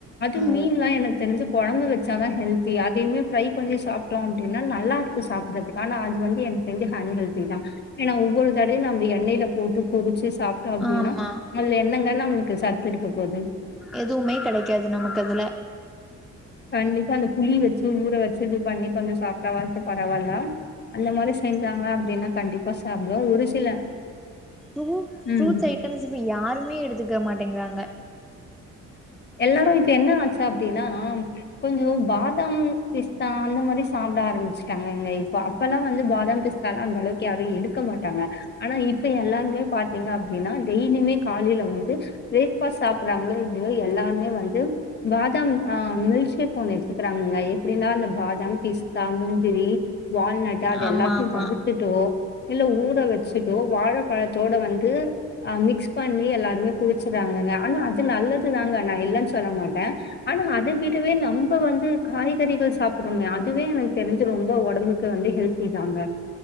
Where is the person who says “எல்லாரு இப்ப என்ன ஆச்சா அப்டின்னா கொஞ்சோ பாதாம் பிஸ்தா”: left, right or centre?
Left